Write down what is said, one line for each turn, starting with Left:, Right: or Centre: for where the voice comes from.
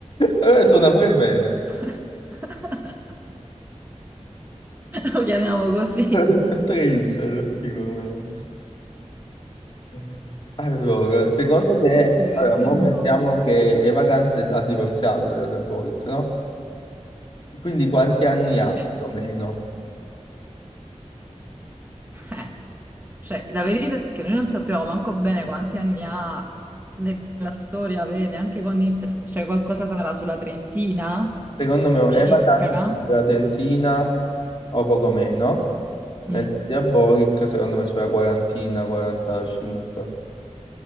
Left: Allora suona pure bene.
Right: <laughs> lo chiamiamo così.
Left: <laughs> Ispettore Insel, figo come nome. <laughs> Allora, secondo te,
Right: Eh sì, perché
Left: allora, mo
Right: no?
Left: mettiamo che Eva Kant ha divorziato della De Borg, no? Quindi quanti anni ha
Right: Sì,
Left: più o meno?
Right: eh. Cioè, la verità è che noi non sappiamo manco bene quanti anni ha nella storia, vedi, anche quando inizia, cioè qualcosa sarà sulla Trentina,
Left: Secondo me
Right: circa.
Left: è vacante sulla trentina o poco meno, mentre
Right: Mm.
Left: Diabolic secondo me sulla quarantina, 45.